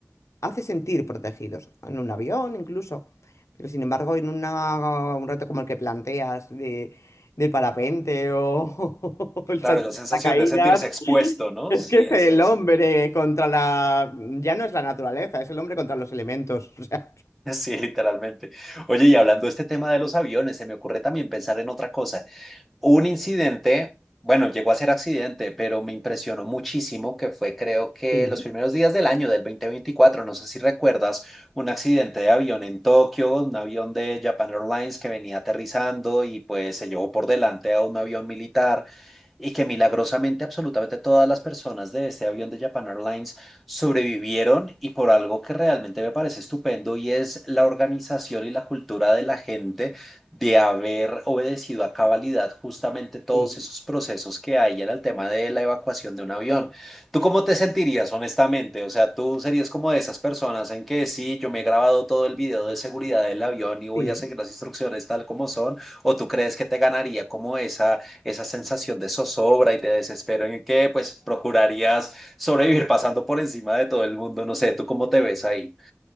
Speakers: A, on the left; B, in the centre.
A: hace sentir protegidos, en un avión incluso. Pero sin embargo, en una- un reto como el que planteas de, del parapente o, <laughs> o el
B: Claro,
A: salto
B: la
A: de
B: sensación
A: paracaídas,
B: de sentirse expuesto, ¿no?
A: es
B: Sí,
A: que es
B: es
A: el
B: eso.
A: hombre
B: <laughs>
A: contra la... Ya no es la naturaleza, es el hombre contra los elementos. <laughs> O sea,
B: Sí, literalmente. Oye, y hablando de este tema de los aviones, se me ocurre también pensar en otra cosa. Un incidente, bueno, llegó a ser accidente, pero me impresionó muchísimo que fue, creo que
A: Sí,
B: los primeros días del año del 2024 no sé si recuerdas, un accidente de avión en Tokio, un avión de Japan Airlines que venía aterrizando y pues se llevó por delante a un avión militar y que milagrosamente absolutamente todas las personas de este avión de Japan Airlines sobrevivieron y por algo que realmente me parece estupendo y es la organización y la cultura de la gente de haber obedecido a cabalidad justamente todos
A: sí,
B: esos procesos que hay en el tema de la evacuación de un avión. ¿Tú cómo te sentirías honestamente? O sea, tú serías como de esas personas en que sí, yo me he grabado todo el video de seguridad del avión y voy
A: sí.
B: a seguir las instrucciones tal como son, o tú crees que te ganaría como esa, esa sensación de zozobra y de desespero en que pues procurarías sobrevivir pasando por encima de todo el mundo? No sé, ¿tú cómo te ves ahí?